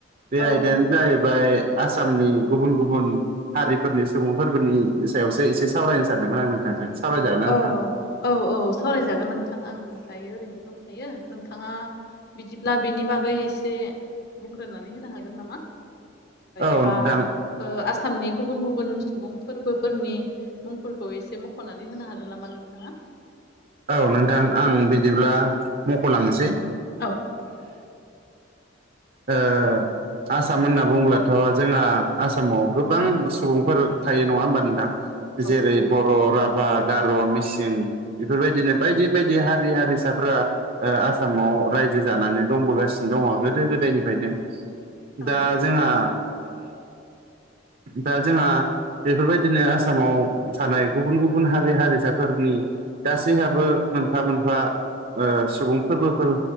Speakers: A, on the right (about 45°); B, on the left (about 55°).
A: बे
B: औ
A: आयदायानो जाहैबाय आसामनि गुबुन गुबुन हारिफोरनि सुबुंफोरबोनि सायावसो एसे सावरायनो सानदोंमोन आं नोंथांजों सावरायजागोन ना
B: औ-औ-औ
A: नोंथां
B: सावरायजागोन नोंथां आं दायो ओरैनो दंखायो नोंथाङा बिदिब्ला बेनि बागै एसे बुंग्रोनानै होनो हागोन नामा
A: औ
B: एबा
A: नोंथां
B: आसामनि गुबुन गुबुन सुबुं फोरबोफोरनि मुंफोरखौ एसे मख'नानै होनो हागोन नामा नोंथाङा
A: औ नोंथां आं बिदिब्ला मख'लांनोसै
B: औ
A: ओ आसाम होनना बुङोब्लाथ' जोंहा आसामाव गोबां सुबुंफोर थायो नङा होमबा नोंथां जेरै
B: नंगौ
A: बर' राभा गार' मि <unintelligible> बेफोरबायदिनो बायदि बायदि हारि हारिसाफोरा आसामाव रायजो जानानै दंबोगासिनो दङ गोदो गोदायनिफ्रायनो
B: औ
A: दा जोंहा दा जोंहा बेफोरबायदिनो आसामाव थानाय गुबुन गुबुन हारि हारिसाफोरनि गासैहाबो मोनफा मोनफा सुबुंफोरबोफोर